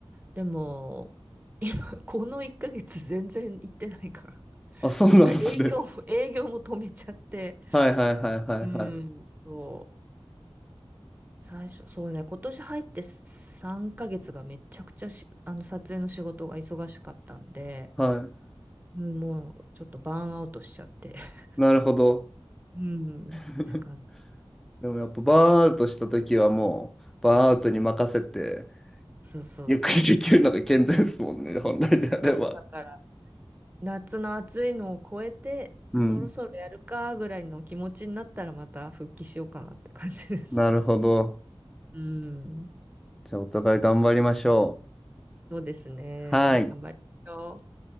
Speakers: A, on the right; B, in the centre.
A: でも、今、この1ヶ月全然行ってないから。
B: あ、そうなんですね。
A: なんか営業も、営業も止めちゃって。
B: はいはいはいはいはい。
A: うん、そう。最初、そうね、今年入って3ヶ月がめちゃくちゃし、あの、撮影の仕事が忙しかったんで、
B: は
A: うんもうちょっとバーンアウトしちゃって。<laughs>
B: い。なるほど。
A: うん。
B: <laughs>
A: って感じ。
B: でもやっぱバーンアウトした時はもうバーンアウトに任せて
A: うん。そうそうそう。
B: ゆっくりできるのが健全ですもんね、<laughs> 本来であれば。
A: 本当だから、夏の暑いのを超えて、
B: うん。
A: そろそろやるかぐらいの気持ちになったらまた復帰しようかなって感じです。
B: なるほど。
A: <laughs> うん。
B: じゃあ、お互い頑張りましょ
A: そうですね。
B: う。はい。
A: 頑張りましょう。